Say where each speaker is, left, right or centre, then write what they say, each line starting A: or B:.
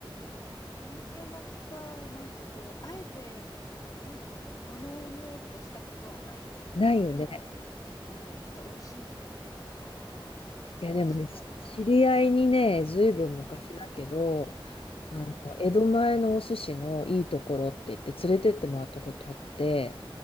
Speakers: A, on the left (about 45°); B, on the left (about 85°).
A: かんぴょう巻きか。なんかこう、あえて、なんか頼もうとしたことはない。
B: ないよね。
A: でも、うん、きっと美味しいのかな。
B: いや、でもね、
A: 美味しいんだろうな。
B: し知り合いにね、ずいぶん昔だけど、
A: うん、うん、
B: あの、江戸前のお寿司のいいところって言って連れてってもらったことあって、